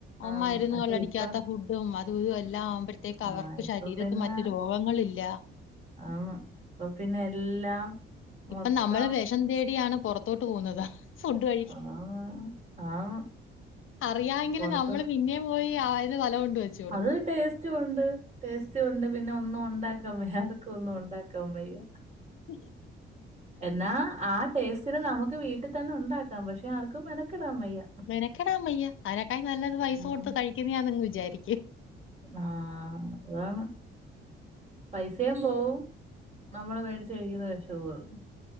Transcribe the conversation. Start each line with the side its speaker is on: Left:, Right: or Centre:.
Left: അ്
Right: ആന്ന്
Left: ഇരുരുന്നു
Right: പക്ഷെ
Left: കള്ളടിക്കാത്ത
Right: ഇപ്പൊ
Left: ഫുഡ് അതും അതും തും എല്ലാം ആവുമ്പോഴത്തേക്ക്
Right: ആ
Left: അവർക്ക്
Right: ഇപ്പൊ
Left: ശരീരത്ത്
Right: പിന്നെ
Left: മറ്റു രോഗങ്ങളല്ല
Right: ആന്ന് അപ്പൊ പിന്നെ എല്ലാം
Left: ഇപ്പൊ
Right: മൊത്തം
Left: നമ്മള് വിഷം തേടിയാണ് പുറത്തോട്ട് പോകുന്നത് ഫുഡ് കഴക്ക്
Right: ആന്ന് ആന്ന്
Left: അറിയാമെങ്കിൽ
Right: പുറത്ത്
Left: നമ്മള് പിന്നെ പോയി ആയന് വല കൊണ്ട് വെച്ചു കൊടുക്കും
Right: അത് ടേസ്റ്റ് റ്റു ണ്ട് ടേസ്റ്റ ഉണ്ട് പിന്നെ ഒന്നും ഉണ്ടാക്കാൻ വയ്യ ആർക്കും ഒന്നും ഉണ്ടാക്കാൻ വയ്യ
Left: ഇ
Right: എന്നാ ആ ടേസ്റ്റന് നമുക്ക് വീട്ടിൽ തന്നെ ഉണ്ടാക്കാം പക്ഷെ ആർക്കും മനക്കിടാംൻ വയ്യ
Left: മെനക്കെടാ വയ്യ അതിനെക്കാ നല്ലത് പൈസ
Right: ഉം.
Left: കൊടുത്ത് കഴിക്കുന്നാ വിചാരിക്കും
Right: ആഹ് അതാണ് പൈസയും പോവും നമ്മള് മേടിച്ച കഴിക്കുന്ന വിഷവും